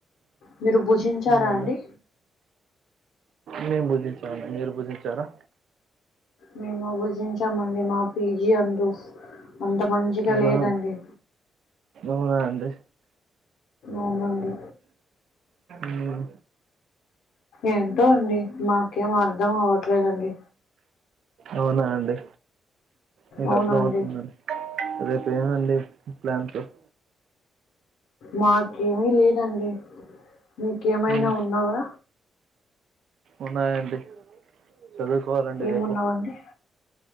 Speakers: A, on the left (about 80°); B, on the right (about 60°).
A: మీరు భుజించారా
B: అవునండి,
A: అండి
B: మేను భుజించాము అండి మీరు భుజించారా
A: మేము భూ జించామండి మా పీజీ అందు అంత మంచిగా
B: అవునా
A: లేదండి
B: అవునా అండి
A: అవునునండి
B: మ్మ్.
A: ఏంటో అండి మాకేం అర్ధం కా వట్లేదండి
B: అవునా అండి మీకు
A: అవునండి.
B: అర్థం అవుతుందండి రేపు ఏమండి ప్లాన్స్ హమ్
A: మాకేమీ లేదండి మీకేమైనా
B: మ్మ్.
A: ఉన్నావా
B: ఉన్నాయండి చదువుకోవాలండి
A: ఏమున్నవండి?
B: రేపు